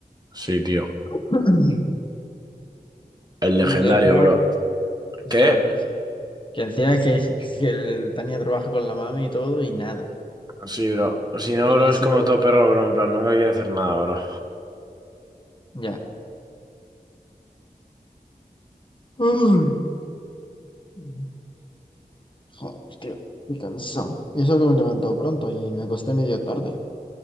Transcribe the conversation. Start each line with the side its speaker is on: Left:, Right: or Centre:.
Right: Sí, tío.
Left: <clears throat>
Right: El legendario,
Left: Y encima,
Right: bro.
Left: ya
Right: ¿Qué?
Left: ves, que encima que, <laughs> que el Tania trabaja con la mami y todo y nada,
Right: Sí, bro. Si no,
Left: y
Right: bro,
Left: ni así
Right: es como
Left: lo ves.
Right: todo perro, bro. En plan, nunca quiere hacer nada, bro.
Left: Ya. <sighs> Mm. Joder, tío, estoy cansado. Y eso que me levantó pronto y me acosté medio tarde.